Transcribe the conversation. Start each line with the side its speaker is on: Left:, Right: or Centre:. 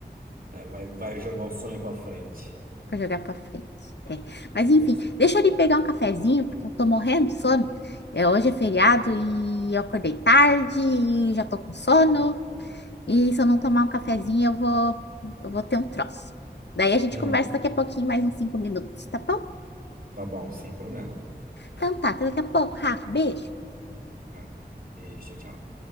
Right: É, vai, vai jogar o sonho pra frente.
Left: pra jogar pra frente. É.
Right: Ah,
Left: Mas
Right: mas
Left: enfim,
Right: é isso.
Left: deixa eu ali pegar um cafezinho, porque eu tô morrendo de sono. É, hoje é feriado e eu acordei tarde e já tô com sono. E se eu não tomar um cafezinho, eu vou, eu vou ter um troço. Daí a gente
Right: Não,
Left: conversa daqui a pouquinho, mais uns cinco minutos, tá bom?
Right: tá bom, sem problema.
Left: Então tá, até daqui a pouco, Rafa. Beijo.
Right: Ah, beijo, tchau, tchau.